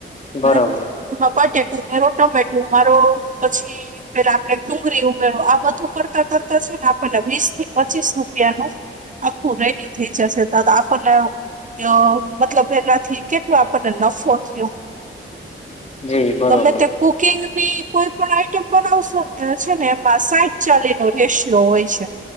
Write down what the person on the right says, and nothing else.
બરાબર એમાં બટેકુ મેરો ટમેટો મારો પછી પેલા આપડણે ડુંગળી ઉમેરવો આ બધું કરતા કરતા છે ને આપણને વીસ થી પચીસ રૂપિયાનું આખું રેડી થઈ જશે ત આપણને અ મતલબ એનાથી કેટલો આપણને નફો થીયો.
ગમે તે કુકિંગ ની કોઈ પણ આઈટમ બનાવશો તો છે ને એમાં સાઈટ ચાલી ન હોય છે